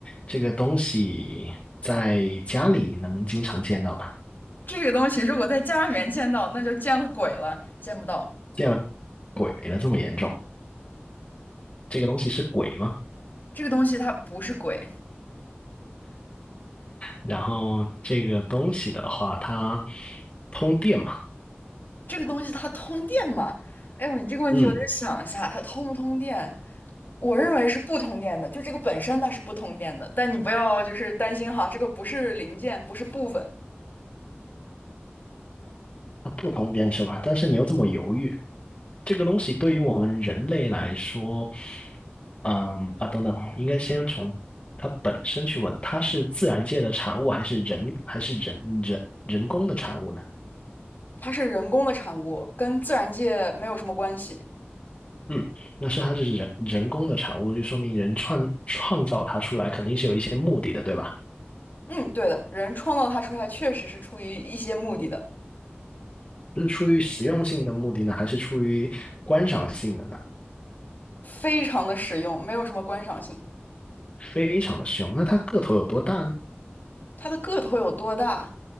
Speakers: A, on the left (about 30°); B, on the left (about 50°).
A: 这个东西在家里能经常见到吗？
B: 这个东西如果在家里面见到，那就见了鬼了，见不到。
A: 见了鬼了，这么严重？这个东西是鬼吗？
B: 这个东西它不是鬼，
A: 然后这个东西的话，它通电嘛？
B: 这个东西它通电吗？哎呦，你这个问题我得想一下，
A: 嗯，
B: 它通不通电？我认为是不通电的，就这个本身它是不通电的，但你不要就是担心哈，这个不是零件，不是部分。
A: 它不通电是吧？但是你又这么犹豫，这个东西对于我们人类来说，嗯啊，等等啊，应该先从它本身去问，它是自然界的产物还是人还是人人人工的产物呢？
B: 它是人工的产物，跟自然界没有什么关系。
A: 嗯，那是它是人人工的产物，就说明人创创造它出来肯定是有一些目的的，对吧？
B: 嗯，对的，人创造它出来确实是出于一些目的的，
A: 是出于实用性的目的呢，还是出于观赏性的呢？
B: 非常的实用，没有什么观赏性。
A: 非常的实用。那它个头有多大呢？
B: 它的个头有多大？